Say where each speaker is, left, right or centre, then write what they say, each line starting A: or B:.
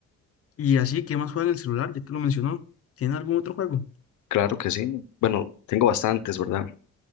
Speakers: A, on the left; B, on the left.
A: y así, ¿qué más juega en el celular? Ya que lo mencionó. ¿Tiene algún otro juego?
B: Claro que sí. Bueno, tengo bastantes, ¿verdad?